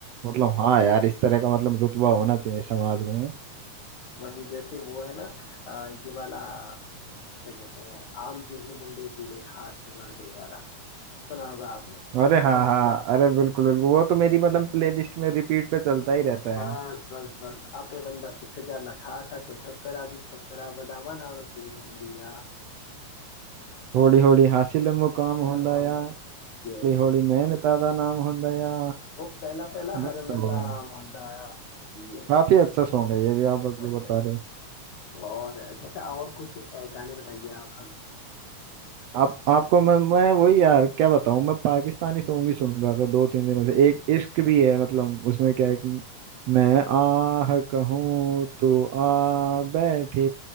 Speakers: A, on the right (about 70°); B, on the left (about 70°).
A: मतलब हाँ यार इस तरह का मतलब रुतबा होना चाहिए समाज में
B: वही जैसे वो है ना अ, ये वाला क्या कहते हैं आम जेही मुंडे बीड़े खास वण दे वाला सुना होगा आपने
A: अरे हाँ हाँ अरे बिल्कुल बिल्कुल वो तो मेरी मतलब प्लेलिस्ट में रिपीट पे चलता ही रहता
B: बस
A: है
B: बस बस आपे बंदा सिख जा नखा खा के ठोकरा जी ठोकरा बदामा नालो तेज हुंदी आ
A: होली होली हासिल मुकाम
B: काम
A: होंदा
B: हुंदा
A: या होली
B: ये
A: होली मैन तादा नाम होंदा या
B: वो पहला पहला
A: मस्त
B: हर बंदा
A: हुआ
B: आम हुंदा आ, ये
A: काफी अच्छा सॉन्ग है ये भी आप
B: वही
A: जो बता
B: वही
A: रहे हो
B: और जैसे और कुछ अ, गाने बताइए आप हमें
A: आप आपको मैं मैं वही यार क्या बताऊं मैं पाकिस्तानी सॉन्ग ही सुन रहा था दो तीन दिनों से एक इश्क भी है मतलब उसमें क्या है कि मैं आह कहूँ तो आ बैठे